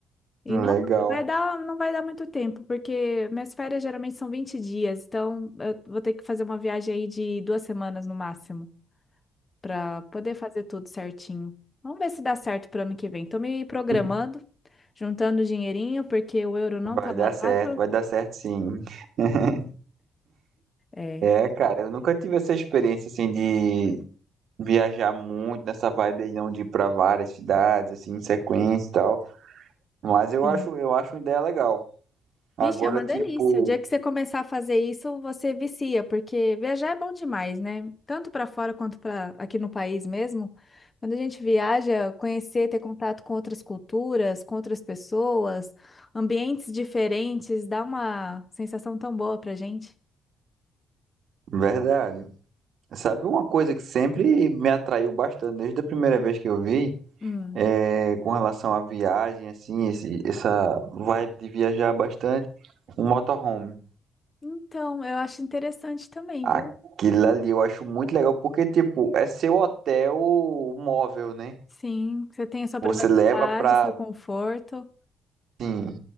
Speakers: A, on the left; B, on the right.
A: E não
B: Legal.
A: vai dar, não vai dar muito tempo, porque minhas férias geralmente são 20 dias, então eu vou ter que fazer uma viagem aí de duas semanas no máximo para poder fazer tudo certinho. Vamos ver se dá certo para ano que vem. Tô me programando,
B: <laughs>
A: juntando dinheirinho, porque o euro não
B: Vai
A: tá barato.
B: dar certo, vai dar certo sim. <laughs>
A: É,
B: É, cara, eu nunca tive essa experiência, assim, de viajar muito nessa vibe aí, não, de ir pra várias cidades, assim, em sequência e tal. Mas eu
A: sim.
B: acho, eu acho uma ideia legal. Agora,
A: Vixe, é uma
B: tipo,
A: delícia. O dia que você começar a fazer isso, você vicia, porque viajar é bom demais, né? Tanto para fora quanto para aqui no país mesmo. Quando a gente viaja, conhecer, ter contato com outras culturas, com outras pessoas, ambientes diferentes, dá uma sensação tão boa pra gente.
B: verdade. Sabe uma coisa que sempre me atraiu bastante, desde a primeira vez que eu vi,
A: Hum.
B: é, com relação à viagem, assim, esse, essa vibe de viajar bastante, um motorhome.
A: Então, eu acho interessante também,
B: Aquilo
A: viu?
B: ali eu acho muito legal, porque, tipo, é seu hotel móvel, né?
A: Sim, você tem a sua privacidade,
B: Você leva pra,
A: seu conforto.
B: assim,